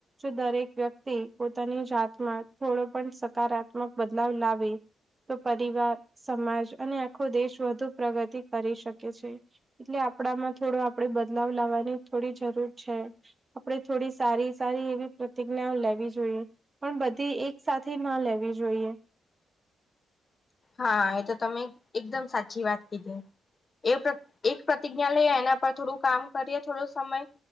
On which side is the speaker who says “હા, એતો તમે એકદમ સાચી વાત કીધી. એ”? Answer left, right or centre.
Left